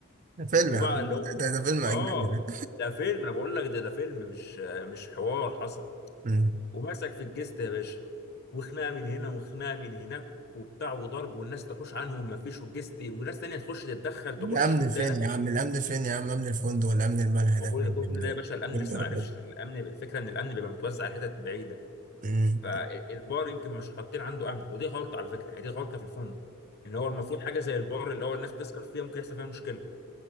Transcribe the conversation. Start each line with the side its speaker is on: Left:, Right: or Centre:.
Right: ده فيلم
Left: وبقى
Right: يا عم
Left: اللي
Right: ده,
Left: هو
Right: ده, ده فيلم أجنبي
Left: اه
Right: ده
Left: ده فيلم انا بقول لك ده ده فيلم مش مش حوار حصل
Right: أمم.
Left: وماسك في الجست يا باشا وخناقه من هنا وخناقه من هناك وبتاع وضرب والناس تحوش عنهم ما فيش والجست وناس تانية تخش تتدخل
Right: الأمن
Left: تخش تلاقي
Right: فين
Left: ناس
Right: يا عم الأمن فين يا عم أمن الفندق ولا أمن الملهى
Left: وكل
Right: ده فين
Left: ده كل
Right: يا ابن
Left: ده
Right: الولد؟
Left: يا باشا الامن
Right: بالجرد.
Left: لسه ما عرفش الامن الفكره ان الامن بيبقى متوزع على حتت بعيده
Right: أمم.
Left: فالبار يمكن مش حاطين عنده امن ودي غلطه على فكره يعني دي غلطه في الفندق ان هو المفروض حاجه زي البار اللي هو الناس بتسكر فيها ممكن يحصل فيها مشكله